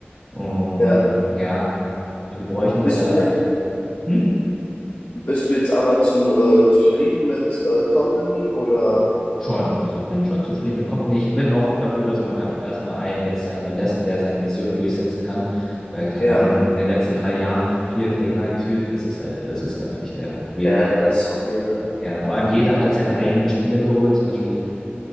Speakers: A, on the left (about 15°); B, on the left (about 60°).
A: Und
B: ja.
A: ja, und die bräuchten
B: Bist,
A: halt da.
B: du-
A: Hm?
B: Bist du jetzt aber zu äh, zufrieden mit äh, Company oder?
A: Schon, also ich bin schon zufrieden mit Company. Ich bin auch dafür, dass man einfach erstmal einen, jetzt sag ich mal, lässt, der seine Vision durchsetzen kann. Weil, keine
B: Ja,
A: Ahnung, in den letzten drei Jahren vier Trainer geführt, das ist halt, das ist einfach nicht der Weg.
B: ja, ja, das ist viel, ne?
A: Ja, vor allem jeder hat halt seine eigenen Spieler geholt, zum Beispiel